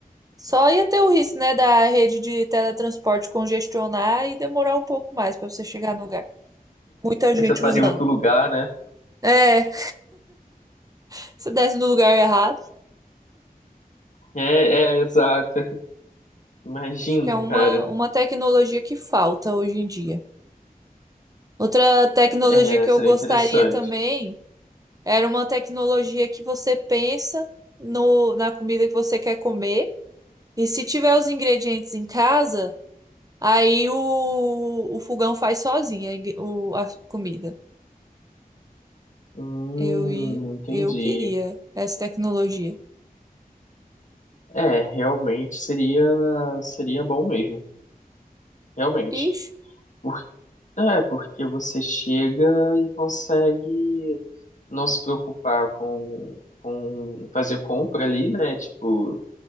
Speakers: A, on the right; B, on the left.
A: só ia ter o risco, né, da rede de teletransporte congestionar e demorar um pouco mais para você chegar no lugar. Muita gente
B: Aí Você para
A: usando.
B: em outro lugar, né?
A: É, <laughs> você desce no lugar errado.
B: É, é, exato. Imagina,
A: Acho que é uma,
B: cara.
A: uma tecnologia que falta hoje em dia. Outra tecnologia
B: É,
A: que
B: seria
A: eu gostaria
B: interessante.
A: também era uma tecnologia que você pensa no, na comida que você quer comer. E se tiver os ingredientes em casa, aí o, o fogão faz sozinho a, ingre- o- a comida.
B: Hum,
A: Eu, i-
B: entendi.
A: eu queria essa tecnologia.
B: É, realmente seria seria bom mesmo, realmente.
A: Ixi,
B: Por, é, porque você chega e consegue não se preocupar com, com fazer compra ali, né? Tipo,